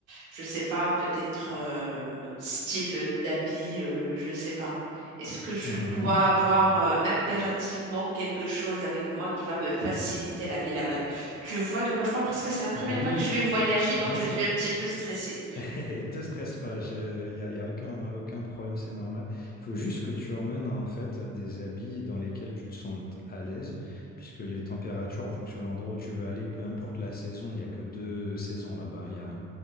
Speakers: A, on the right (about 80°); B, on the left (about 25°).
A: je sais pas, peut-être euh, style d'habit, euh, je sais pas. Est-ce que je
B: Mhm.
A: dois avoir euh, impérativement quelque chose avec moi qui va me faciliter la vie là-bas? Tu vois de quoi je parle parce que c'est la première
B: Oui,
A: fois que je vais voyager,
B: bien
A: donc je
B: sûr.
A: suis un petit peu stressée.
B: <laughs> Te stresse pas, il n'y a, y a aucun, aucun problème, c'est normal. Il faut juste que tu emmènes en fait des habits dans lesquels tu te sentes à l'aise, puisque les températures, en fonction de l'endroit où tu veux aller, peu importe la saison, il n'y a que deux saisons là-bas. hein. Il y a un-